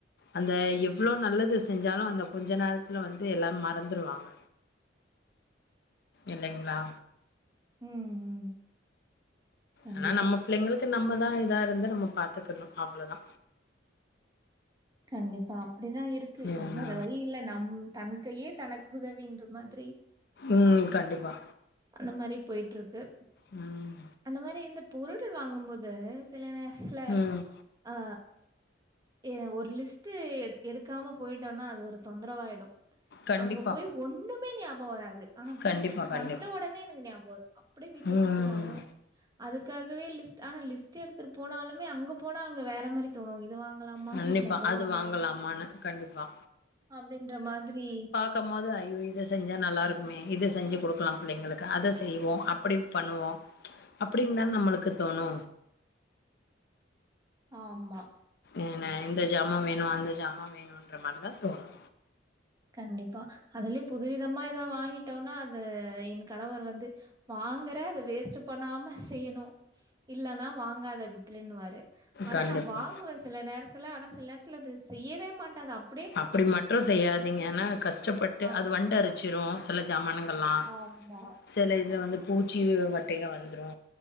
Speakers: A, on the left (about 55°); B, on the right (about 20°).
A: அந்த எவ்வளோ நல்லது செஞ்சாலு அந்த கொஞ்ச நேரத்துல வந்து எல்லா மறந்துருவாங்க இல்லைங்களா
B: ம் ம் கண்டிப்பா.
A: ஆனா நம்ம பிள்ளைங்களுக்கு நம்மதா இதா இருந்து நம்ம பாத்துக்கணு அவ்ளதா
B: கண்டிப்பா அப்படிதா இருக்கு
A: ஏன்னா
B: வேற வழி இல்ல நம் தன் கையே தனக்குதவின்ற மாரி
A: ம் கண்டிப்பா
B: அது மாரி போயிட்ருக்கு
A: ம்
B: அந்த மாரி இந்த பொருட்கள் வாங்கும்போது சில நேரத்துல
A: ம்
B: ஆ ஏ ஒரு லிஸ்ட்டு எடு எடுக்காம போயிட்டோம்னா அது ஒரு தொந்தரவாயிடு
A: கண்டிப்பா
B: அங்க போய் ஒண்ணுமே ஞாபக வராது ஆனா
A: கண்டிப்பா
B: வீட்டுக்கு
A: கண்டிப்பா
B: வந்த ஒடனே எனக்கு ஞாபக வரு அப்படியே வீட்ல
A: ம்
B: திட்டு வாங்குவே அதுக்காகவே லிஸ்ட் ஆனா லிஸ்ட்டு எடுத்துட்டு போனாலுமே அங்க போனா அங்க வேற மாரி தோணு இது வாங்கலாமா
A: கண்டிப்பா
B: இல்ல அத
A: அது
B: வாங்கலாமா
A: வாங்கலாமான்னு கண்டிப்பா
B: அப்படின்ற மாதிரி
A: த்த மோது ஐயோ இத செஞ்சா நல்லாருக்குமே இத செஞ்சு குடுக்கலாம் பிள்ளைங்களுக்கு அத செய்வோ அப்புடி பண்ணுவோ அப்புடின் தன் நம்மளுக்கு தோணு
B: ஆம்மா
A: ஏன இந்த ஜாமா வேணு அந்த ஜாமா வேணுன்ற மாரி தா தோணு
B: கண்டிப்பா அதுலே புதுவிதமா எதாவ் வாங்கிட்டோன்னா அத என் கணவர் வந்து வாங்குற அத வேஸ்ட்டு பண்ணாம செய்ணு இல்லன்னா வாங்காத விட்டுருனுவாரு ஆனா
A: கண்டிப்பா
B: நா வாங்குவ சில நேரத்துல ஆனா சில் நேரத்துல அது செய்யவே மாட்ட அத அப்
A: அப்டி மட்ரு செய்யாதீங்க ஏன்னா கஷ் க்ஷப்பட்டு
B: ஆமா,
A: அது வண்டு அரிச்சிரு சில ஜாமானுங்கல்லா
B: ஆமா.
A: செல இது வந்து பூச்சி வட்டைங்க வந்துரு